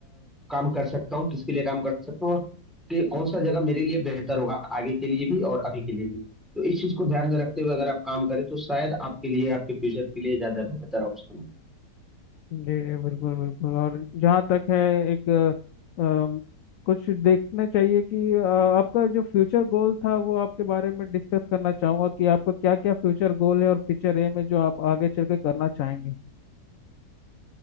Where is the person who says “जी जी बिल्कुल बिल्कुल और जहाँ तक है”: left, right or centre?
Left